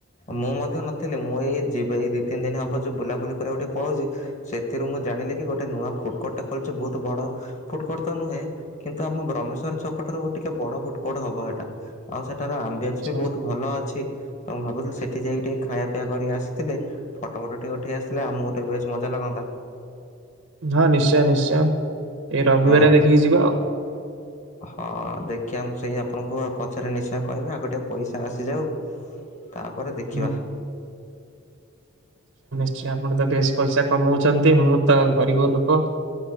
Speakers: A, on the left; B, on the right.
A: ମୁଁ ମଧ୍ୟ ନଥିଲି ମୁଁ ଏଇ ଯିବେ ଏଇ ଦି ତିନି ଦିନି ହବ ଯୋଉ ବୁଲାବୁଲି କରିଆକୁ ଟିକେ ପଳଉଚି ସେଥିରୁ ମୁଁ ଜାଣିଲି କି ଗୋଟେ ନୂଆ ଫୁଡ କୋର୍ଟ ଟେ ଖୋଳିଛି ବହୁତ ବଡ ଫୁଡ କୋର୍ଟ ତ ନୁହେଁ କିନ୍ତୁ ଆମ ବ୍ରହ୍ମେଶ୍ବର ଛକ ଠାରୁ ଟିକେ ବଡ ଫୁଡ କୋର୍ଟ ହବ ସେଇଟା ଆଉ ସେ ଠାର ଆମ୍ବିଏନ୍ସ
B: ଆଚ୍ଛା।
A: ବି ବହୁତ ଭଲ ଅଛି ତ ମୁଁ ଭାବୁଥିଲି ସେଠି ଯାଇକି ଟିକେ ଖାଇଆ ପିଆ କରିକି ଆସିଥିଲେ ଫଟୋ ମଟୋ ଟିକେ ଉଠେଇ ଆସିଥିଲେ ଆମକୁ ଗୋଟେ ବେଶ ମଜା ଲାଗନ୍ତା।
B: ହଁ ନିଶ୍ଚୟ ନିଶ୍ଚୟ। ଏଇ ରବିବାରିଆ
A: ହଁ
B: ଦେଖିକି ଯିବା ଆଉ।
A: ହଁ ଦେଖିବା ମୁଁ ସେଇଆ ଆପଣଙ୍କୁ ପଛରେ ନିଶ୍ଚୟ କହିବି ଆଗ ଟିକେ ପଇସା ଆସିଯାଉ। ତାପରେ ଦେଖିବା।
B: ହଁ ଶ୍ଚୟ ଆପଣ ତ ବେଶ ପଇସା କମଉଛନ୍ତି ମୁଁ ତ ଗରିବ ଲୋକ।